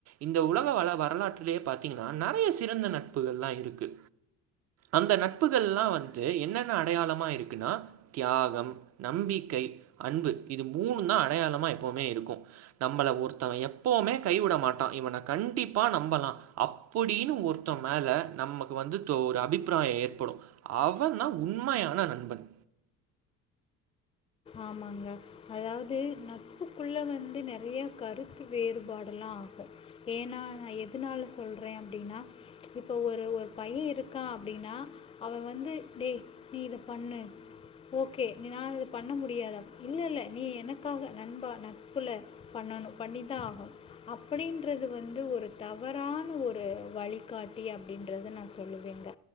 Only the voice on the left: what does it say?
ஆமாங்க அதாவது நட்புக்குள்ள வந்து நெறைய கருத்து வேறுபாடல்லா ஆகு ஏன்னா நா எதுனால சொல்றே அப்டின்னா இப்ப ஒரு ஒரு பைய இருக்கா அப்டின்னா அவ வந்து டேய் நீ இத பண்ணு ஓகே நீ நா இத பண்ண முடியாதா இல்ல இல்ல நீ எனக்காக நண்பா நட்பில பண்ணணு பண்ணிதா ஆவோ அப்டின்றது வந்து ஒரு தவறான ஒரு வழிகாட்டி அப்டின்றத நா சொல்லுவேங்க